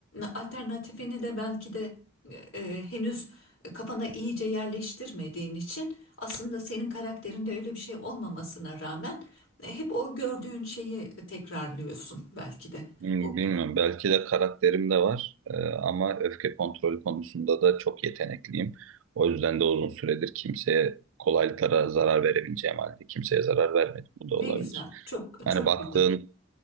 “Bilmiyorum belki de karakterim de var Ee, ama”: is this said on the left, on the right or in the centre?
Right